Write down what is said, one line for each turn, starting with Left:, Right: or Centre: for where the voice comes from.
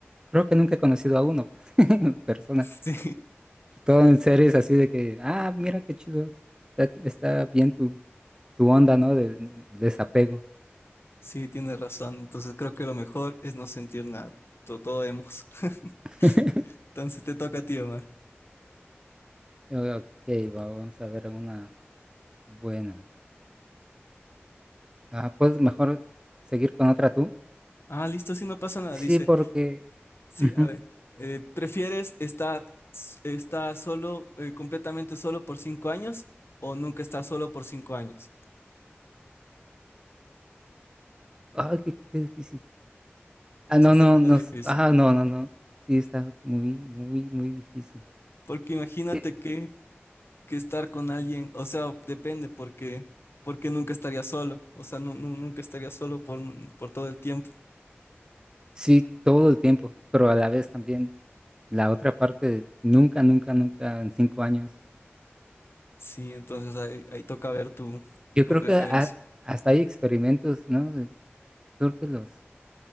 Right: creo que nunca he conocido a uno pues, <laughs> en persona.
Left: Sí,
Right: Todo en series así de que, ah, mira qué chido, está, está bien tu, tu onda, ¿no? De, de- desapego.
Left: sí, tienes razón. Entonces creo que lo mejor es no sentir nada. Todo, todo hemos. <laughs>
Right: <laughs>
Left: Entonces te toca a ti, Omar.
Right: Ok, va- vamos a ver una buena. Ah, ¿puedes mejor seguir con otra tú?
Left: Ah, listo, sí, no pasa nada.
Right: Sí,
Left: Dice.
Right: porque...
Left: Sí,
Right: ujú.
Left: a ver, eh, ¿prefieres estar, s- estar solo, eh, completamente solo por cinco años o nunca estar solo por cinco años?
Right: Ay, qué, qué difícil. Ah, no, no,
Left: Está
Right: no.
Left: difícil,
Right: s- Ah, no, no, no. Sí, está muy, muy, muy difícil.
Left: porque imagínate
Right: Sí,
Left: que, que estar con alguien, o sea, depende, porque, porque nunca estaría solo, o sea, nu- nu- nunca estaría solo por, por todo el tiempo.
Right: sí, todo el tiempo, pero a la vez también la otra parte, nunca, nunca, nunca en cinco años.
Left: Sí, entonces ahí, ahí toca ver tu,
Right: Yo
Left: tu
Right: creo
Left: preferencia.
Right: que ha- hasta hay experimentos, ¿no? De- Creo que los